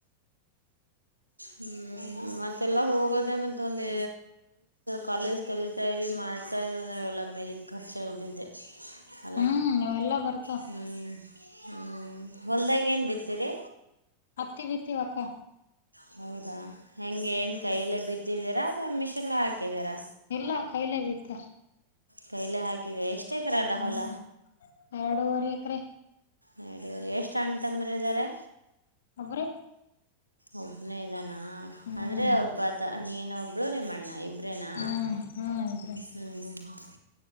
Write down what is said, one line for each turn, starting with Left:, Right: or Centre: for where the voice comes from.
Right: ಹ್ಮ್ ಮತ್ತೆಲ್ಲ ಹೋಗೋದೇ ಮತ್ ಒಂದೆ ಕಾಲೇಜ್. ಕಲಿತಾವಿ ಮಾಡ್ತಾ ಅಂದ ಎಲ್ಲ ಮೇಲಿನ ಖರ್ಚ ಇ್ದದ್ದೆ. ಅಲ
Left: ಹ್ಮ್ ಅವೆಲ್ಲಾ ಬರ್ತಾವ
Right: ಹ್ಞೂ ಹ್ಞ ಹೊಲ್ದಾಗ ಏನು ಬಿತರಿ.
Left: ಹತ್ತಿ ಬಿತ್ತವಕ.
Right: ಹೌದಾ ಹೆಂಗೆ ಏನ್ ಕೈಯಲ್ಲ ಬಿದ್ದಿದ್ದೀರಾ ಅಥವಾ ಮಿಷಿನ್ಗ ಹಾಕಿದ್ದೀರಾ
Left: ಎಲ್ಲ ಕೈಲೆ ಬಿತ್ತ.
Right: ಕೈಲೆ ಹಾಕಿವೆ ಎಷ್ಟೇ ಕರದ
Left: ಹ್ಮ್
Right: ಹೊಲ.
Left: ಎರಡೂವರೆ ಎಕರೆೆ
Right: ನಡವರಿ ಎಷ್ಟ್ ಹಣ್ಣ್ ತಂಬ್ರ ಇದಾರೆ.
Left: ಒಬ್ಬ್ರ.
Right: ಒಬ್ನೇ ಇದಾನ
Left: ಹ್ಮ್
Right: ಅಂದ್ರೆ ಒಬ್ಬತ ನೀನ ಒಬ್ಳು ನಿಮ್ಮಣ್ಣ ಇಬ್. ಅರನಾ
Left: ಹ್ಮ್ ಹ್ಮ್ ಇಬ್ರೇ
Right: ಹ್ಮ.